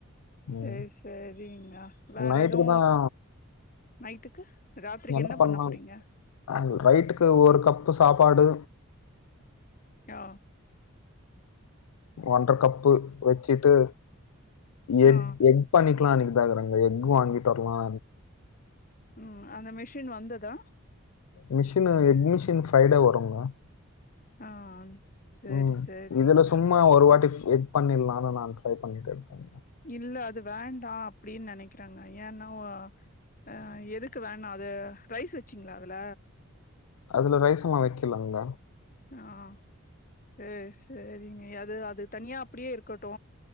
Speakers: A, on the left (about 35°); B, on the left (about 80°).
A: சேரி
B: ம்
A: சேரிங்க வேற
B: நைட்டுக்கு
A: எது
B: தான்
A: நைட்டுக்கு
B: என்ன பண்ணலாம்
A: பண்ண போறீங்க
B: ஆ ரைட்டுக்கு ஒரு கப்பு சாப்பாடு
A: ஓ
B: ஒன்றர கப்பு வெக்கிட்டு எக்
A: ஆ
B: எக் பண்ணிக்கலா <unintelligible> எக் வாங்கிட்டு வர்லா
A: ம் அந்த மிஷின் வந்ததா
B: மிஷின்னு எக் மிஷின் ஃப்ரைடே வருங்க மேம்
A: ஆ சேரி
B: ம்
A: சேரிங்க
B: இதுல சும்மா ஒரு வாட்டி எக் பண்ணிலா நானு ட்ரை பண்ணிட்டு இருக்கே
A: இல்ல அது வேண்டா அப்டின்னு நெனைக்கறாங்க ஏன்னா ஆ எதுக்கு வேணா அது ரைஸ் வெச்சிங்களா அதுல
B: அதுல ரைஸ்சு நா வைக்கலாங்க
A: ஆ சேரி சேரிங்க அது அது தனியா அப்டியே இருக்கட்டு